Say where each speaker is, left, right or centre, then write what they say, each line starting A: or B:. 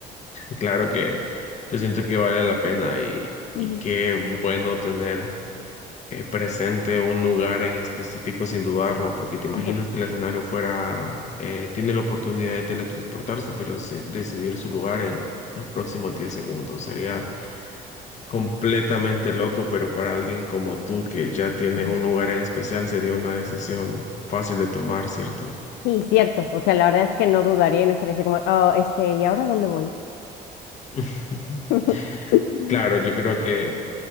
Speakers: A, on the left; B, on the left.
A: Claro que yo siento que vale la pena y,
B: Ujú,
A: y qué bueno tener eh, presente un lugar en específico sin dudarlo, porque te imaginas
B: Ujú.
A: que el escenario fuera, eh, tiene la oportunidad de teletransportarse, pero se- decidir su lugar en los próximos 10 segundos. Sería completamente loco, pero para alguien como tú que ya tiene
B: ujú.
A: un lugar en especial sería una decisión fácil de tomar, ¿cierto?
B: Sí, cierto, o sea, la verdad es que no dudaría y no estaría así como, oh, este, ¿y ahora dónde voy?
A: <laughs>
B: <laughs> Ujú.
A: Claro, yo creo que